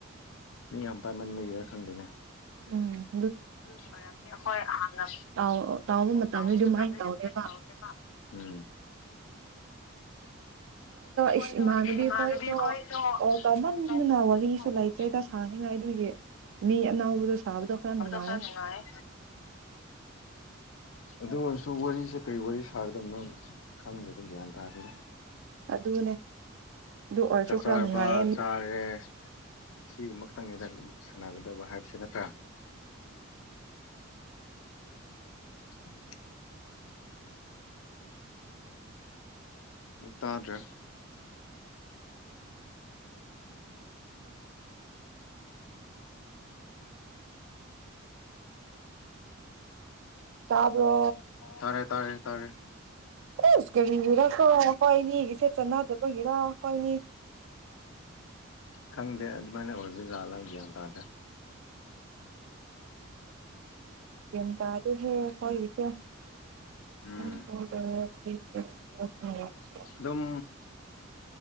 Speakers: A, on the left; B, on the right.
A: ꯃꯤ ꯌꯥꯝ ꯄꯃꯟ ꯃꯔꯤꯔꯥ ꯈꯪꯗꯦꯅꯦ
B: ꯎꯝ
A: ꯑꯗꯨꯒꯤ ꯑꯣꯏꯔꯝꯅꯤ ꯍꯣꯏ ꯍꯥꯟꯅ
B: ꯇꯥꯎ
A: ꯇꯥꯎꯕ
B: ꯑꯗꯨꯃꯥꯏꯅ
A: ꯃꯇꯝꯗ ꯑꯗꯨꯝ
B: ꯇꯧꯗꯦꯕ
A: ꯂꯣꯏ ꯇꯧꯒꯦꯕ ꯎ ꯑꯩꯈꯣꯏꯗꯣ
B: ꯏꯁ ꯏꯃꯥꯟꯅꯕꯤ
A: ꯏꯃꯥꯟꯅꯕꯤꯈꯣꯏꯗꯣ
B: ꯈꯣꯏꯁꯨ ꯀꯣꯜ ꯇꯧꯃꯟꯗꯅ
A: ꯑꯅꯥꯕꯗꯣ
B: ꯋꯥꯔꯤꯁꯨ ꯂꯩꯇ꯭ꯔꯦꯗ ꯁꯥꯅꯤꯡꯉꯥꯏ ꯑꯗꯨꯒꯤ ꯃꯤ ꯑꯅꯧꯕꯗꯣ
A: ꯁꯥꯕꯗꯣ
B: ꯅꯨꯡꯉꯥꯏꯌꯦ
A: ꯈꯔ ꯅꯨꯡꯉꯥꯏꯔꯦ ꯑꯗꯨ ꯑꯣꯏꯔꯁꯨ ꯋꯥꯔꯤꯁꯦ ꯀꯔꯤ ꯋꯥꯔꯤ ꯁꯥꯒꯗꯕꯅꯣ ꯈꯪꯗꯦꯗ ꯒ꯭ꯌꯥꯟ ꯇꯥꯔꯗꯣꯏꯅ
B: ꯑꯗꯨꯅꯦ ꯑꯗꯨ ꯑꯣꯏꯔꯁꯨ
A: ꯆꯥꯛ
B: ꯈꯔ
A: ꯆꯔꯕ
B: ꯅꯨꯡꯉꯥꯏꯌꯦ
A: ꯆꯥꯔꯦ ꯁꯤꯒꯨꯝꯕ ꯈꯇꯪꯗ ꯁꯥꯟꯅꯒꯗꯕ ꯍꯥꯏꯕꯁꯦ ꯅꯠꯇ꯭ꯔꯥ <inaudible> ꯃꯛꯇꯥꯗꯦ
B: ꯆꯥꯕ꯭ꯔꯣ
A: ꯇꯥꯔꯦ ꯇꯥꯔꯦ ꯇꯥꯔꯦ
B: ꯎꯝꯁ ꯀꯔꯤꯔ ꯀꯣ ꯑꯩꯣꯏꯅꯤ ꯏꯆꯦꯠ ꯆꯅꯥꯗꯕꯒꯤꯔ ꯍꯣꯏꯅꯤ
A: ꯈꯪꯗꯦ ꯑꯗꯨꯃꯥꯏꯅ ꯑꯣꯏꯕ ꯖꯥꯠꯂꯥ ꯒ꯭ꯌꯥꯟ ꯇꯥꯗ
B: ꯌꯦ ꯇꯔꯦ ꯍ ꯍꯣꯏꯁꯨ
A: ꯎꯝ
B: <unintelligible> <unintelligible>
A: ꯑꯗꯨꯝ